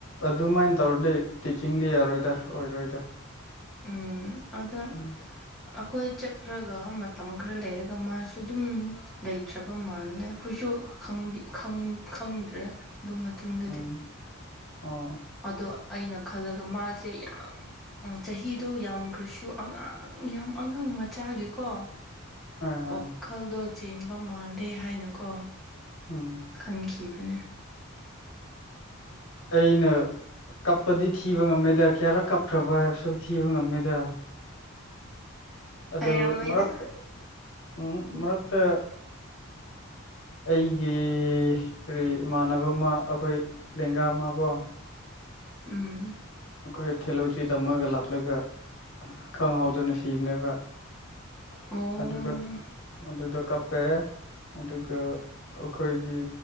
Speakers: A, on the left; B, in the centre.
A: ꯑꯗꯨꯃꯥꯏꯅ ꯇꯧꯔꯗꯤ ꯇꯤꯆꯤꯡꯗꯤ ꯌꯥꯔꯣꯏꯗ ꯑꯣꯏꯔꯣꯏꯗ꯫
B: ꯎꯝ ꯑꯗꯣ
A: <inaudible>
B: ꯑꯩꯈꯣꯏ ꯆꯠꯈ꯭ꯔꯒ ꯃꯇꯝ ꯈꯔ ꯂꯩꯔꯒ ꯃꯥꯁꯨ ꯑꯗꯨꯝ ꯂꯩꯇ꯭ꯔꯕ ꯃꯥꯜꯂꯦ ꯑꯩꯈꯣꯏꯁꯨ ꯈꯪ ꯈꯪ ꯈꯪ ꯈꯪꯗ꯭ꯔꯦ ꯑꯗꯨ ꯃꯇꯨꯡ
A: ꯎꯝ ꯑꯣ
B: ꯑꯗꯣ ꯑꯩꯅ ꯈꯜꯂꯒ ꯃꯥꯁꯦ ꯌꯥꯝ ꯑꯣ ꯆꯍꯤꯗꯣ ꯌꯥꯝꯈ꯭ꯔꯁꯨ ꯑꯉꯥꯡ ꯌꯥꯝ ꯑꯉꯥꯡ ꯃꯆꯥꯒꯤꯀꯣ
A: ꯍꯣꯏ ꯍꯣꯏ
B: ꯋꯥꯈꯜꯗꯣ ꯆꯦꯟꯕ ꯃꯥꯟꯂꯦ ꯍꯥꯏꯅꯀꯣ
A: ꯎꯝ
B: ꯈꯟꯈꯤꯕꯅꯦ
A: ꯑꯩꯅ ꯀꯞꯄꯗꯤ ꯊꯤꯕ ꯉꯝꯃꯦꯗ ꯀꯌꯥꯔꯛ ꯀꯞꯈ꯭ꯔꯕ ꯍꯥꯏꯕꯁꯨ ꯊꯤꯕ ꯉꯝꯃꯦꯗ ꯑꯗꯨ
B: ꯂꯩꯔꯝꯃꯣꯏꯗ
A: ꯃꯔꯛꯇ ꯎꯝ ꯃꯔꯛꯇ ꯑꯩꯒꯤ ꯀꯔꯤ ꯏꯃꯥꯟꯅꯕ ꯑꯃ ꯑꯩꯈꯣꯏ ꯂꯦꯡꯒꯥ ꯑꯃ ꯀꯣ
B: ꯎꯝ
A: ꯑꯩꯈꯣꯏ ꯈꯦꯂꯣꯏꯇꯔꯤ ꯇꯝꯃꯒ ꯂꯥꯛꯄ ꯂꯥꯛꯂꯒ ꯈꯪꯍꯧꯗꯅ ꯁꯤꯕꯅꯦꯕ
B: ꯑꯣ
A: ꯑꯗꯨꯗ ꯑꯗꯨꯗ ꯀꯞ ꯄꯦ ꯑꯗꯨꯒ ꯑꯩꯈꯣꯏꯒꯤ